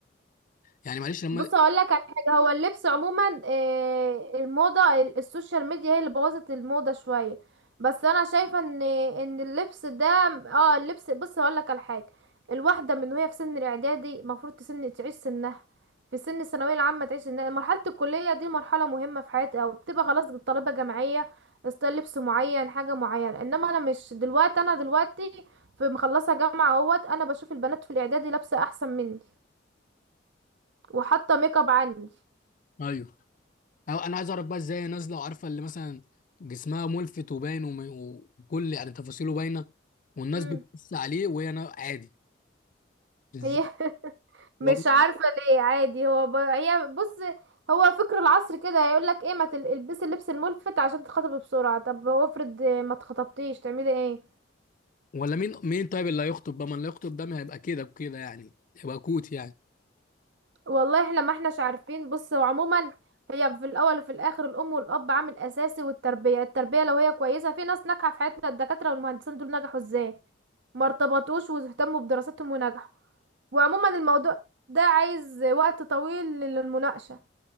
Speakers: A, on the left; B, on the right.
A: يعني معلش لما
B: بص اقول لك على حاجه هو اللبس عموما آه، الموضه ال- السوشيال ميديا هي اللي بوظت الموضه شويه بس انا شايفه ان ان اللبس ده اه اللبس بص هقول لك على حاجه الواحده من وهي في سن الاعدادي المفروض تسن تعيش سنها في سن الثانويه العامه تعيش سنها مرحله الكليه دي مرحله مهمه في حياتي او بتبقى خلاص طالبه جامعيه استايل لبس معين حاجه معينه انما انا مش دلوقتي انا دلوقتي في مخلصه جامعه اهوت انا بشوف البنات في الاعدادي لابسه احسن مني وحاطه ميك اب عني
A: ايوه أو انا عايز اعرف بقى ازاي هي نازله وعارفه اللي مثلا جسمها ملفت وباين وم- وكل يعني تفاصيله باينه والناس
B: مم.
A: بتبص عليه وهي نا- عادي ازاي
B: هي مش
A: والله
B: عارفة ليه عادي هو ب... هي بص هو فكر العصر كده هيقول لك ايه ما تل- البسي اللبس الملفت عشان تتخطبي بسرعة طب وافرض ما اتخطبتيش تعملي ايه
A: ولا مين مين طيب اللي هيخطب بقى ما اللي هيخطب ده ما هيبقى كده بكده يعني هيبقى كوت يعني
B: والله احنا ما احناش عارفين بص هو عموما هي في الاول وفي الاخر الام والاب عامل اساسي والتربية التربية لو هي كويسة في ناس ناجحة في حياتنا الدكاترة والمهندسين دول نجحوا ازاي ما ارتبطوش واهتموا بدراستهم ونجحوا وعموما الموضوع ده عايز وقت طويل للمناقشة